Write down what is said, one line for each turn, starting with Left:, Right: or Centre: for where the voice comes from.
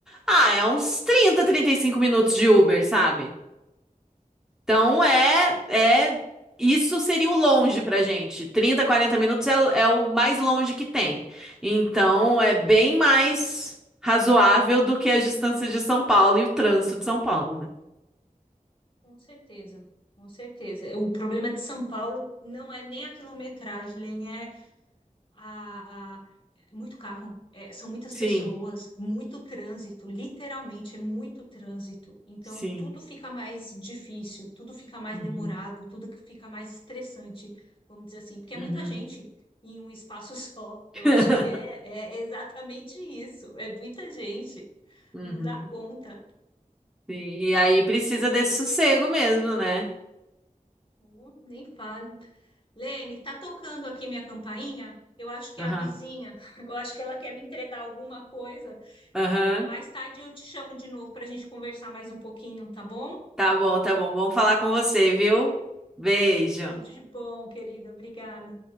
Centre: Ah, é uns trinta, trinta e cinco minutos de Uber, sabe? Então
Left: Sim,
Centre: é, é, isso seria o longe pra gente. 30, 40 minutos é, o- é o mais longe que tem. Então é bem mais razoável do que as distâncias de São Paulo e o trânsito de São Paulo, né?
Left: com certeza, com certeza. O problema de São Paulo não é nem a quilometragem, Lene, é a- muito carro, é, são muitas
Centre: Sim,
Left: pessoas, muito trânsito, literalmente é muito trânsito. Então
Centre: sim.
Left: tudo fica mais difícil, tudo fica mais
Centre: Uhum,
Left: demorado, tudo que fica mais estressante, vamos dizer assim, porque
Centre: uhum.
Left: é muita gente em um espaço <laughs> só. Eu
Centre: <laughs>
Left: acho que é, é exatamente isso, é muita gente,
Centre: Uhum.
Left: não dá conta.
Centre: Sim, E aí precisa
Left: É
Centre: desse
Left: isso.
Centre: sossego mesmo, né?
Left: Oh, nem falo. Lene, tá tocando aqui minha campainha? Eu acho que
Centre: Aham.
Left: é a vizinha, <laughs> eu acho que ela quer me entregar alguma coisa.
Centre: Aham.
Left: Mais tarde eu te chamo de novo para a gente conversar mais um pouquinho, tá bom?
Centre: Tá bom, tá bom. vamos falar com você, viu? Beijo.
Left: Tudo de bom, querida. Obrigada.